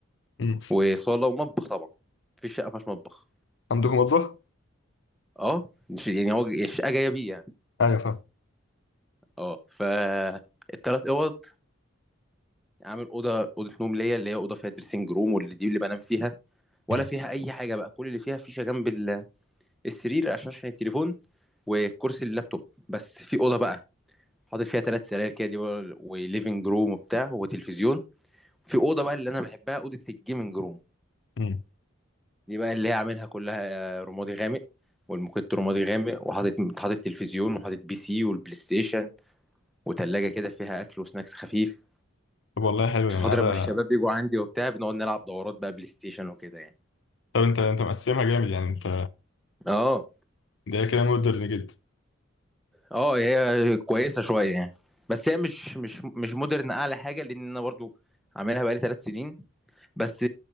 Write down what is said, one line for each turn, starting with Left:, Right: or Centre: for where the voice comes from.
Left: مم.
Centre: وصاله ومطبخ طبعا مفيش شقه ما فيهاش مطبخ
Left: عندكم مطبخ
Centre: اه مش- يعني هو الشقه جايه بيه يعني
Left: ايوه فاهم
Centre: اه فالتلات اوض عامل اوضه اوضه نوم ليا اللي هي اوضه فيها دريسنج روم واللي دي اللي بنام فيها ولا
Left: مم.
Centre: فيها اي حاجه بقى كل اللي فيها فيشه جنب ال- السرير عشان عشان التليفون وكرسي اللابتوب بس في اوضه بقى حاطط فيها ثلاث سراير كده دي بقى- وليفنج روم وبتاع وتلفزيون في اوضه بقى اللي انا بحبها اوضه الجيمنج روم
Left: مم.
Centre: دي بقى اللي هي عاملها كلها آه، رمادي غامق والموكيت رمادي غامق وحاطط حاطط تلفزيون وحاطط بي سي والبلاي ستيشن وتلاجه كده فيها اكل وسناكس خفيف
Left: طب والله حلو
Centre: عشان
Left: يعني
Centre: خاطر
Left: هذا
Centre: لما الشباب بيجوا عندي وبتاع بنقعد نلعب دورات بقى بلاي ستيشن وكده يعني
Left: طب انت انت مقسمها جامد يعني انت
Centre: اه
Left: ده كده مودرن جدا
Centre: اه هي كويسه شويه يعني بس هي مش مش مش مودرن اعلى حاجه لان انا برضو عاملها بقالي ثلاث سنين بس